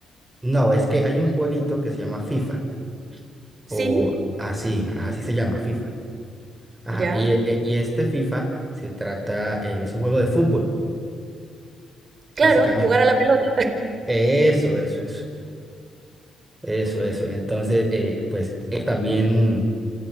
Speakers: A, on the right (about 15°); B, on the right (about 40°).
A: no, es que hay un jueguito que se llama FIFA. O
B: Sí,
A: así, ajá, así se llama, FIFA. Ajá,
B: ya.
A: y, eh, y este FIFA se trata, eh, es un juego de fútbol,
B: Claro,
A: básicamente.
B: jugar a la pelota.
A: Eso, eso, eso. Eso, eso. Entonces, eh, pues eh, también.